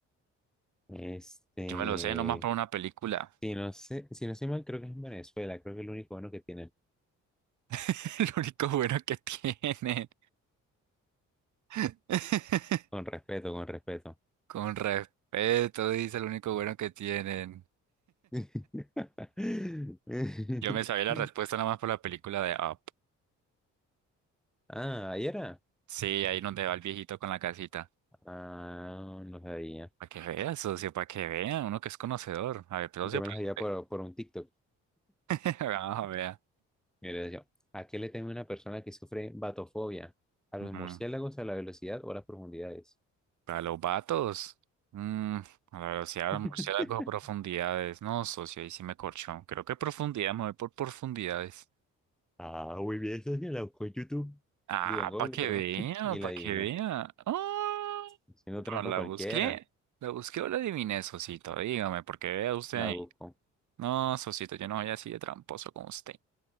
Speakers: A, in the centre; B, on the right.
A: Este,
B: Yo me lo sé nomás por una película.
A: si no sé, si no estoy mal, creo que es en Venezuela, creo que es el único bueno que tienen.
B: <laughs> Lo único bueno que tienen. <laughs>
A: Con respeto, con respeto.
B: Con respeto, dice lo único bueno que tienen.
A: <laughs>
B: Yo me sabía la respuesta nada más por la película de Up.
A: Ah, ahí era.
B: Sí, ahí donde va el viejito con la casita.
A: Ah, no sabía.
B: Para que vea, socio, para que vea, uno que es conocedor. A ver, pero
A: Yo
B: socio,
A: me
B: pregunte.
A: las veía por, por un TikTok.
B: <laughs> Vamos a ver.
A: Mira, yo, ¿a qué le teme una persona que sufre batofobia? ¿A los
B: Mm,
A: murciélagos, a la velocidad o a las profundidades?
B: Para los vatos. Mm, a la velocidad
A: <laughs>
B: del murciélago a profundidades. No, socio, ahí sí me corchó. Creo que profundidad, me voy por profundidades.
A: Ah, muy bien, eso sí, la buscó en YouTube.
B: Ah,
A: Digo, en Google,
B: para que
A: perdón.
B: vea,
A: <laughs> Y
B: para
A: la adivinó.
B: que vea. Ah,
A: Haciendo
B: pero
A: trampa
B: la
A: cualquiera.
B: busqué. La busqué o la adiviné, socito. Dígame, porque vea usted.
A: La busco.
B: No, Sosito, yo no soy así de tramposo como usted.